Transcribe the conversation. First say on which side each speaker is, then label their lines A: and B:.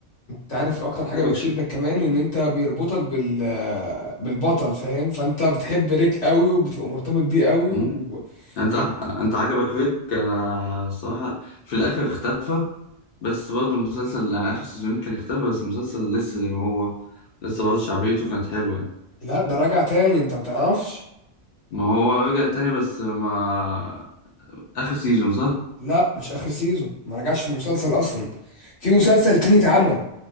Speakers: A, on the left (about 75°); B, on the left (about 55°).
A: انت عارف اكتر
B: عجبك
A: حاجة بتشدك
B: ش...
A: كمان ان انت بيربطك بال بالبطل فاهم فانت بتحب ريك قوي وبتبقى مرتبط بيه قوي
B: مم.
A: و...
B: انت
A: ف...
B: انت عجبك فيك انا الصراحه في الاخر اختفى بس برضه المسلسل انا اخر سيزون كان اختفى بس المسلسل لسه زي ما هو لسه برضه شعبيته كانت حلوه يعني
A: لا ده راجع تاني انت متعرفش
B: ما هو رجع تاني بس ما اخر سيزون صح
A: لا مش اخر سيزون ما رجعش في مسلسل اصلا في مسلسل تاني اتعمل